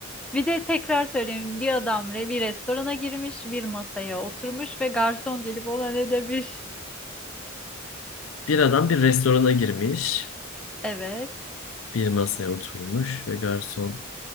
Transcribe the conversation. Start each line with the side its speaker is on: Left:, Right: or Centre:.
Centre: Bir de tekrar söyleyeyim bir adam re bir restorana girmiş bir masaya oturmuş ve garson gelip ona ne demiş?
Left: Bir adam bir restorana girmiş,
Centre: Evet.
Left: bir masaya oturmuş ve garson.